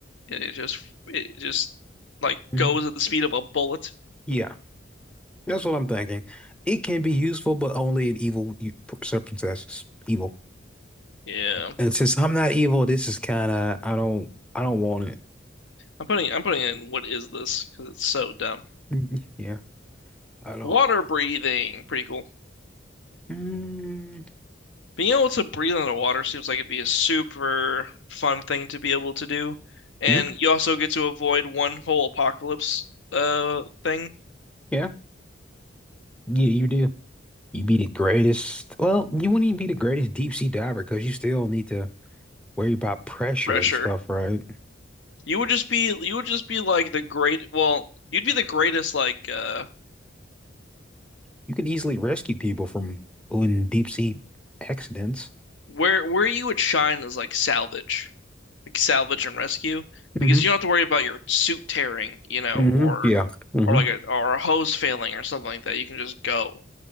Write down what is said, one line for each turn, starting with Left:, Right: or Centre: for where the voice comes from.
Left: and it just it just like
Centre: hmm
Left: goes at the speed of a bullet.
Centre: Yeah, that's what I'm thinking. It can be useful, but only in evil u- circumstances. Evil,
Left: Yeah.
Centre: and since I'm not evil, this is kind of I don't I don't want it.
Left: I'm putting I'm putting in what is this? Because it's so dumb.
Centre: Mhm. Yeah, I don't.
Left: Water breathing, pretty cool.
Centre: Mm,
Left: Being able to breathe in the water seems like it'd be a super fun thing to be able to do. And
Centre: yeah,
Left: you also get to avoid one whole apocalypse uh thing,
Centre: yeah, yeah. You do. You be the greatest. Well, you wouldn't even be the greatest deep sea diver because you still need to worry about pressure
Left: pressure.
Centre: and stuff, right?
Left: You would just be you would just be like the great well, you'd be the greatest like uh
Centre: You can easily rescue people from in deep sea accidents.
Left: Where where you would shine is like salvage, like salvage and rescue, because
Centre: hmm
Left: you don't have to worry about your suit tearing, you know,
Centre: hmm
Left: or
Centre: Yeah. hmm
Left: or like a or a hose failing or something like that. You can just go